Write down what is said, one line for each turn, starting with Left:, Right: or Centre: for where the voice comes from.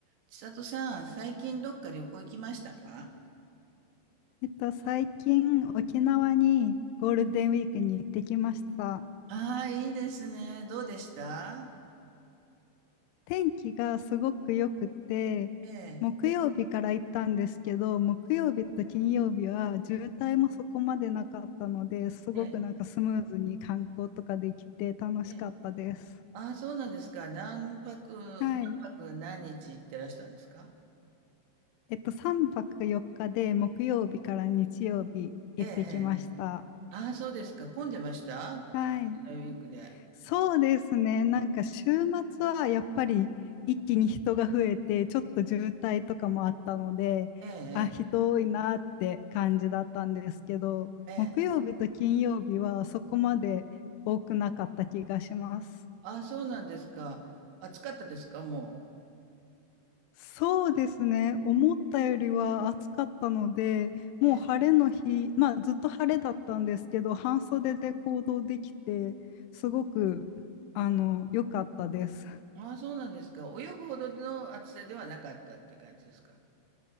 Right: 千里さん、最近どっか旅行行きましたか
Left: えっと、最近沖縄にゴールデンウィークに行ってきました。
Right: ああいいですね。どうでした
Left: 天気がすごく良くて、
Right: ええ、
Left: 木曜日から行ったんですけど、木曜日と金曜日は渋滞もそこまでなかったので、すごくなんかスムーズに観光とかできて楽しかったです。
Right: ええ、ええ。ああ、そうなんですか。何泊、何泊何日行ってらしたんですか
Left: はい。えっと、3泊4日で木曜日から日曜日行ってきました。
Right: ええ、ええ。ええああ、そうですか。混んでましたゴールデンウィークで。
Left: はい。そうですね。なんか週末はやっぱり一気に人が増えて、ちょっと渋滞とかもあったので、
Right: ええ、
Left: あ、人多いなって感じだったんですけど、
Right: ええ。
Left: 木曜日と金曜日はそこまで多くなかった気がします。
Right: ええああ、そうなんですか。暑かったですか、も
Left: そうですね。思ったよりは暑かったので、もう晴れの日、
Right: う。ええ。
Left: まあずっと晴れだったんですけど、半袖で行動できて、すごく、あの、良かったです。
Right: ああ、そうなんですか。泳ぐほどの暑さではなかったって感じですか。